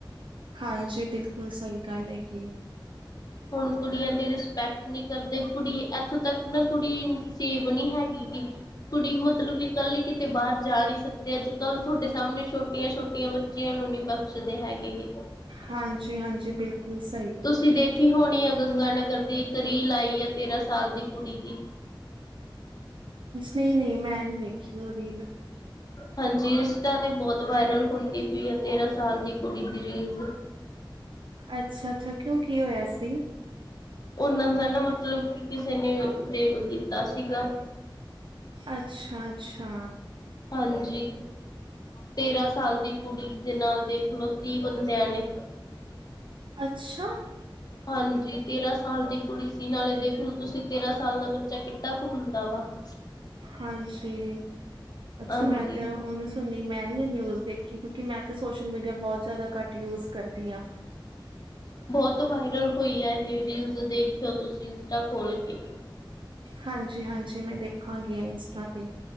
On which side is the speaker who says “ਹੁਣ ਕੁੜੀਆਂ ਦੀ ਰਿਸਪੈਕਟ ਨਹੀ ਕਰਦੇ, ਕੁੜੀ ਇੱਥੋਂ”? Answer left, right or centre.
Left